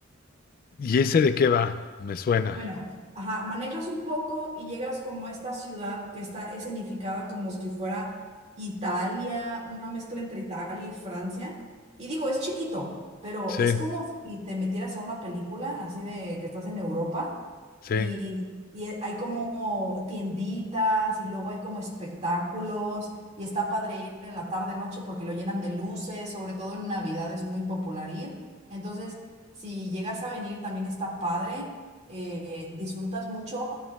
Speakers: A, on the left (about 45°); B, on the right (about 35°).
A: ¿Y ese de qué va? Me suena.
B: Bueno, ajá, manejas un poco y llegas como a esta ciudad que está escenificada como si fuera Italia, una mezcla entre Italia y Francia. Y digo, es chiquito, pero
A: Sí,
B: es como si te metieras a una película así de que estás en Europa
A: sí.
B: y, y hay como tienditas y luego hay como espectáculos y está padre ir en la tarde noche porque lo llenan de luces, sobre todo en Navidad es muy popular ir. Entonces, si llegas a venir también está padre eh, disfrutas mucho